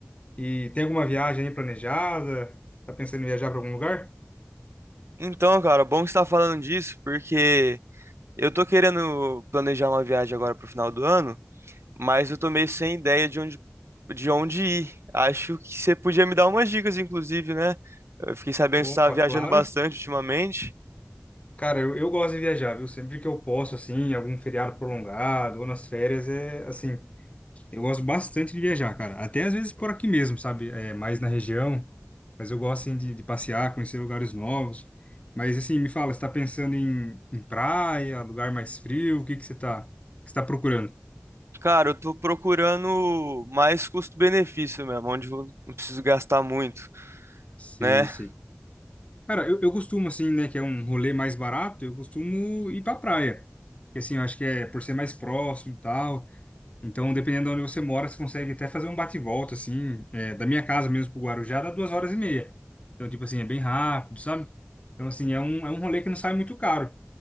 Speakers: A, on the left; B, on the right.
A: e tem alguma viagem aí planejada? Tá pensando em viajar pra algum lugar?
B: Então, cara, bom que você tá falando disso, porque eu tô querendo planejar uma viagem agora pro final do ano. mas eu tô meio sem ideia de onde, de onde ir. Acho que você podia me dar umas dicas, inclusive, né? Eu fiquei sabendo
A: Opa,
B: que você estava viajando
A: claro.
B: bastante ultimamente.
A: Cara, eu, eu gosto de viajar, viu? Sempre que eu posso, assim, em algum feriado prolongado ou nas férias, é assim, eu gosto bastante de viajar, cara. Até às vezes por aqui mesmo, sabe? É, mais na região, mas eu gosto, assim, de, de passear, conhecer lugares novos. Mas, assim, me fala, você tá pensando em, em praia, lugar mais frio? O que que você tá, que você tá procurando?
B: Cara, eu tô procurando mais custo-benefício mesmo, onde eu não preciso gastar muito,
A: Sei,
B: né?
A: sei. Cara, eu, eu costumo, assim, né, que é um rolê mais barato, eu costumo ir pra praia. Porque, assim, eu acho que é por ser mais próximo e tal. Então, dependendo de onde você mora, você consegue até fazer um bate-volta, assim, é, da minha casa mesmo pro Guarujá, dá duas horas e meia. Então, tipo assim, é bem rápido, sabe? Então, assim, é um, é um rolê que não sai muito caro.